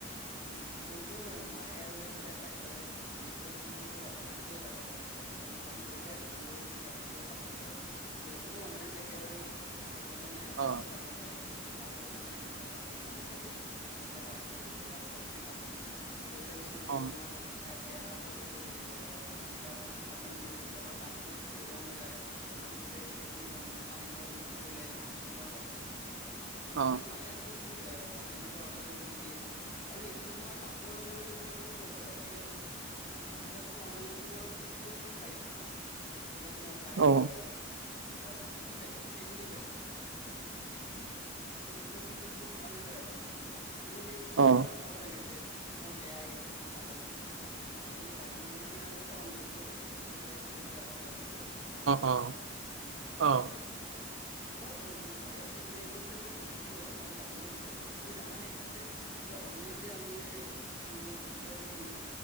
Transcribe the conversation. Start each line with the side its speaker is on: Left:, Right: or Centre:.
Left: উম মোৰতো মায়ে আৰু এইফালে বাইদেউ বেছিভাগতো মোক অকল অফলাইনতে যাব কাৰণে কয় অফলাইন দোকান লৈ যায় দোকান গলো তেতিয়া সেনেকুৱা কাপোৰ চোৱা সিহঁতেতো অনলাইন একেবোৰে নাচাই সিহঁতে কয় যে নাই অনলাইনত
Right: অ
Left: চাব নালাগে কাপোৰ ভাল নাহিব ভালকৈ চাব নোৱাৰিম তাৰ পিছত কেনেকুৱা কাপোৰ আহিব ভাল কোৱালিটিৰ কাপোৰ নাই পইচা বেছি ল'ব
Right: অ
Left: তোমাৰ এ বেয়া পাতল কাপোৰ দি দিব বা সেনেকুৱা কাপোৰ নিদিব যিবিলাকৰ কাপোৰ ৰং যায় অলমান ধুলে গোটেইখিনি ৰং মানে পানীৰ লগত মিহলি ওলাই যাব এনেকুৱা ধৰণৰ সেইকাৰণে
Right: অ
Left: মায়েতো মোক এ অনলাইনৰ পৰা অৰ্ডাৰ কৰিব নিদিয়ে আৰু এইফালে তোমাৰ কাপোৰ লগে লগে তোমাৰ যদি কব যাও ঠিক আছে আজিকালিতো অনলাইনত তোমাৰ বস্তুও চব পাই যাওঁ তাতে তোমাৰ গাড়ী
Right: অ অ
Left: তাৰপিছত এইফালে কিবা যি লাগে গোটেইখিনি পাই যাওঁ আমি সেইবোৰ ক্ষেত্ৰত বহুত ভাল হয় আৰু অনলাইনত কিন্তু সেই বস্তুবোৰ
Right: অ
Left: আকৌ চাব লাগে যে তোমাৰ বেয়া আহিছে নাই ভাল আহিছে তাৰিছত আজিকালি গাড়ী মানুহে কিনা বেচাও অনলাইনতে কৰি দিয়ে অইলেস্ক বুলি যে আছে এপটো থাকে ন
Right: অ অ
Left: তাকে টো নহয় এ ভাবিছো মানে এইটো বিষয়ে মই পঢ়িছিলো অলপ মই জানিব বিচাৰিছিলো তুমি জানা নিকি যে এই অনলাইন যে আমি যে কিছুমান যে বস্তুবিলাক যে কিনো